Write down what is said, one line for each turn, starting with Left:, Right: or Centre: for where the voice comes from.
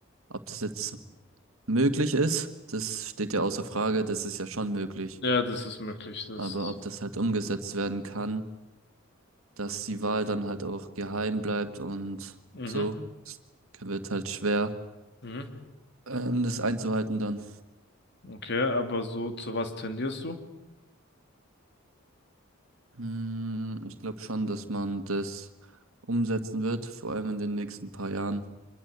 Right: ob das jetzt möglich ist, das steht ja außer Frage, das ist ja schon möglich.
Left: Ja, das ist möglich. Das
Right: Aber ob das halt umgesetzt werden kann, dass die Wahl dann halt auch geheim bleibt und
Left: Mhm,
Right: so, wird halt schwer.
Left: mhm.
Right: Ähm, das einzuhalten dann.
Left: okay, aber so zu was tendierst du?
Right: Hm, ich glaube schon, dass man das umsetzen wird, vor allem in den nächsten paar Jahren.